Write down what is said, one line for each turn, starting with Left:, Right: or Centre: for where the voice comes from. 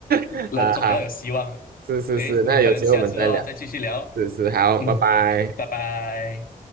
Right: <laughs>
Left: 人总要有希望的。
Right: 啊，哈。是是是，
Left: 诶，
Right: 那有机会我们再聊。
Left: 我们可能下次的话再继续聊。
Right: 是是，好，
Left: 嗯，
Right: 拜拜。
Left: 拜拜。